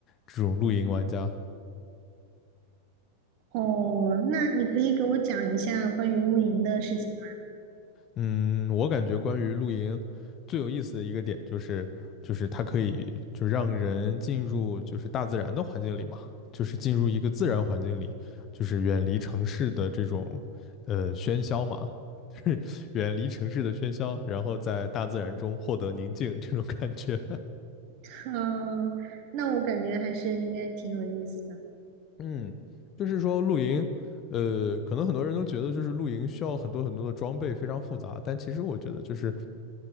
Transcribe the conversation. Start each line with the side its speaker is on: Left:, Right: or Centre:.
Left: 这种露营玩家。
Right: 哦，那你可以给我讲一下关于露营的事情吗？
Left: 嗯，我感觉关于露营最有意思的一个点就是，就是它可以就让人进入就是大自然的环境里嘛，就是进入一个自然环境里，就是远离城市的这种呃喧嚣嘛，<laughs> 就是远离城市的喧嚣，然后在大自然中获得宁静这种感觉。<laughs>
Right: <laughs> 嗯、那我感觉还是应该挺有意思的。
Left: 嗯，就是说露营，呃，可能很多人都觉得就是露营需要很多很多的装备，非常复杂，但其实我觉得就是。